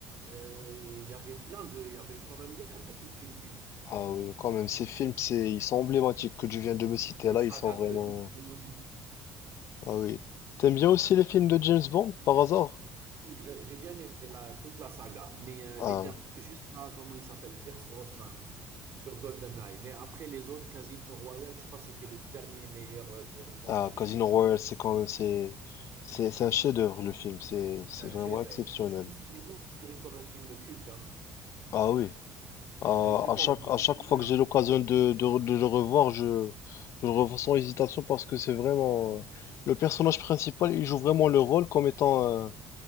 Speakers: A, on the right; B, on the left.
A: Euh, Il y avait plein de. Il y avait quand même il y a beaucoup de films cultes.
B: Ah oui, quand même, ces films, c'est, ils sont emblématiques que tu viens de me citer
A: Et
B: là,
A: saga
B: ils sont vraiment...
A: de tout le monde.
B: Ah oui. T'aimes bien aussi les films de James Bond, par hasard?
A: Oui, J'ai j'ai bien aimé la- toute la saga, mais euh,
B: Ah,
A: les derni-
B: ouais.
A: jusqu'à comment il s'appelle, Pierce Brosnan sur GoldenEye. Mais après les autres, Casino Royale, je crois que c'était le dernier meilleur euh, James Bond
B: Ah,
A: que j'ai
B: Casino
A: vu.
B: Royale, c'est quand même, c'est, c'est, c'est un chef-d'œuvre, le film, c'est,
A: C'est
B: c'est
A: un
B: vraiment
A: chef-d'œuvre.
B: exceptionnel.
A: Je pense qu'il est considéré comme un film culte. hein.
B: Ah oui, À,
A: Je sais
B: à
A: pas,
B: chaque,
A: on va
B: à
A: confirmer
B: chaque fois que j'ai
A: après
B: l'occasion
A: avec
B: de, de, re- de le revoir, je, je le revois sans hésitation parce que c'est vraiment... euh, le personnage principal, il joue vraiment le rôle comme étant euh,